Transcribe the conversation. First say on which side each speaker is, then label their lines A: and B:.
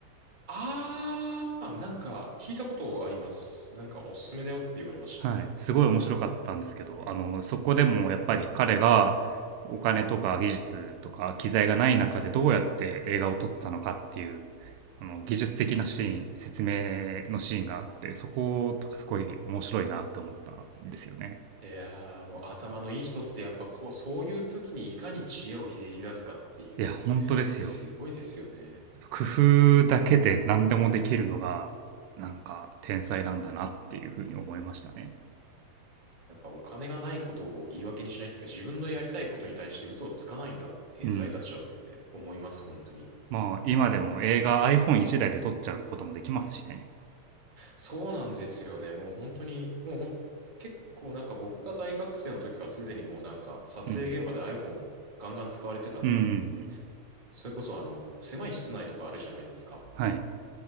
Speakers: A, on the right (about 15°); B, on the right (about 90°).
A: ああ、なんか聞いたことあります。なんかおすすめだよって言われました。
B: はい。すごい面白かったんですけど、あの、そこでもやっぱり彼がお金とか技術とか機材がない中でどうやって映画を撮ってたのかっていう、あの、技術的なシーン、説明のシーンがあって、そことかすごい面白いなって思ったんですよね。
A: いやー、もう頭のいい人ってやっぱこう、そういう時にいかに知恵をひねり出すかっていう、
B: いや、本当ですよ。
A: すごいですよね。
B: やっぱ工夫だけで何でもできるのが、なんか天才なんだなっていうふうに思いましたね。
A: うん。なんかお金がないことを言い訳にしないっていうか、自分のやりたいことに対して嘘をつかないんだ、天才たちはって思います、
B: うん。
A: 本当に。
B: まあ、今でも映画 iPhone1 台で撮っちゃうこともできますしね。
A: そうなんですよね。もう本当に、もうほん、結構なんか僕が大学生の時からすでにもうなんか撮影現場で
B: うん。
A: iPhone ガンガン使われてたんで、
B: うんうんうん。
A: それこそあの、狭い室内とかあるじゃないですか。
B: はい。